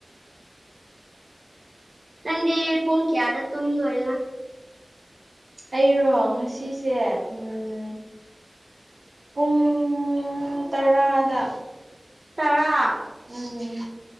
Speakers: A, on the right (about 50°); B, on the right (about 70°).
A: ꯅꯪꯗꯤ ꯄꯨꯡ ꯀꯌꯥꯗ ꯇꯨꯝꯗꯣꯏꯅꯣ
B: ꯑꯩꯔꯣ ꯉꯁꯤꯁꯦ ꯎꯝ ꯄꯨꯡꯨꯡ ꯇꯔꯥꯗ
A: ꯇꯔꯥ
B: ꯎꯝ